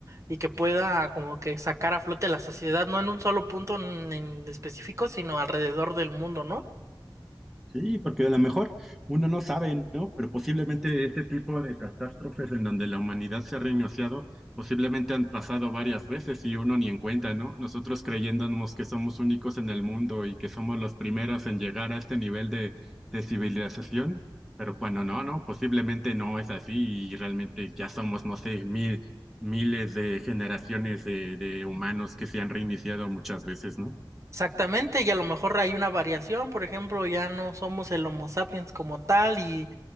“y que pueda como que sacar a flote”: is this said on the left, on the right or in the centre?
Right